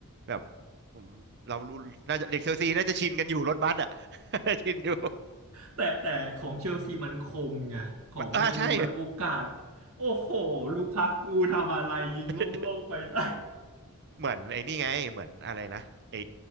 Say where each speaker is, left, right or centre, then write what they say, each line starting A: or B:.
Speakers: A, on the right; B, on the right.
A: แบบผมเรารู้น่าจะเด็กเชลซีน่าจะชินกันอยู่รถบัสอ่ะ <laughs> ชินอยู่
B: แต่แต่ของเชลซีมันคมไงของแมนยูแบบโอกาส
A: มันอ่าใช่
B: โอ้โหลูคักกูทำอะไรยิงโล่งๆไปได้
A: <laughs> เหมือนไอ้นี่ไงเหมือนอะไรนะไอ้